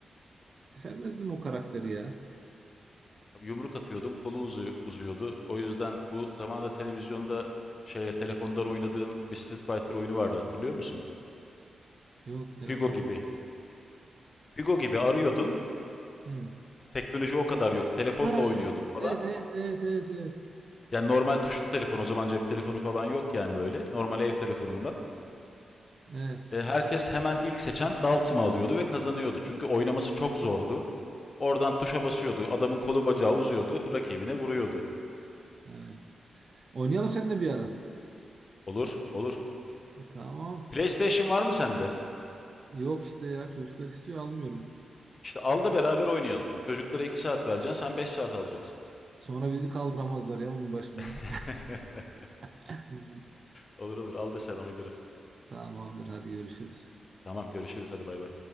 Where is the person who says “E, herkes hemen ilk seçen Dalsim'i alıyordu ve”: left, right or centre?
Left